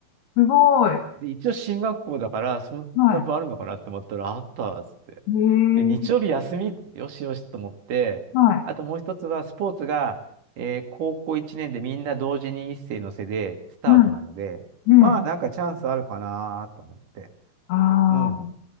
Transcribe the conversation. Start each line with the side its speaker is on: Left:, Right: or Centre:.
Left: すごい。
Right: で、一応進学校だから、そんな部あるのかなって思ったら、
Left: はい。
Right: あったっつって。
Left: ええ、
Right: で、日曜日休み、よしよしと思って、
Left: はい。
Right: あともう一つは、スポーツが、えー高校1年でみんな同時に一斉のせでスタートなので、
Left: はい。ええ、
Right: まあなんかチャンスあるかなと思って。
Left: ああ、
Right: うん。